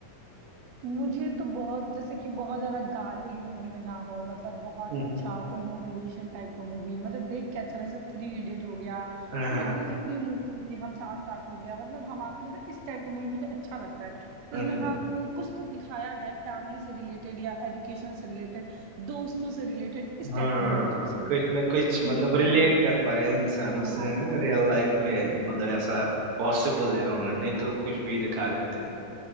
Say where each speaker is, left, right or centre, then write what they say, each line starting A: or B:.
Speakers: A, on the right; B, on the right.
A: मुझे तो बहुत जैसे कि बहुत ज्यादा गाली वाली मूवी में ना हो मतलब बहुत
B: हम्म,
A: अच्छा कोई मोटिवेशन टाइप का मूवी हो मतलब देख के अच्छा लगे जैसे थ्री इडियट हो गया
B: हाँ हाँ
A: पुरानी जितनी मूवी होगी हम साथ साथ हो गया मतलब हम आप मतलब इस टाइप की मूवी मुझे अच्छा लगता है
B: अच्छा
A: जिसमें हाँ को कुछ तो दिखाया गया फैमिली से रिलेटेड या एजुकेशन से रिलेटेड दोस्तों से रिलेटेड इस
B: हाँ
A: टाइप की मूवी मुझे पसंद
B: कुछ
A: है फीलिंग
B: ना कुछ मतलब
A: दिखा
B: रिलेट
A: रही हो
B: कर पाए इंसान
A: हाँ
B: उससे है ना रियल लाइफ में मतलब ऐसा पॉसिबल है होना नहीं तो कुछ भी दिखा देते हैं